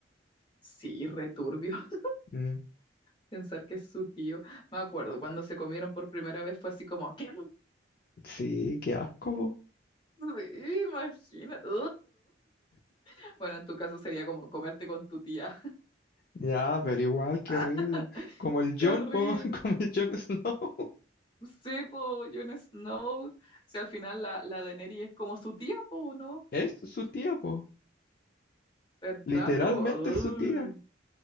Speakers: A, on the left; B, on the left.
A: Sí, returbio. <laughs>
B: Mm,
A: Pensar que es su tío. Me acuerdo, cuando se comieron por primera vez fue así como, ¿qué?
B: sí, qué asco, po.
A: Sí, imagínate. <laughs> Bueno, en tu caso sería como comerte con tu tía.
B: Ya, pero igual, qué
A: <laughs>
B: horrible. Como el John,
A: ¡Qué horrible!
B: po. <laughs> Como el John Snow. <laughs>
A: Sí, po, Jon Snow. Si al final la, la Daenerys es como su tía, po, ¿no?
B: Es su tía, po.
A: ¿Verdad,
B: Literalmente
A: po? Ay,
B: es su tía.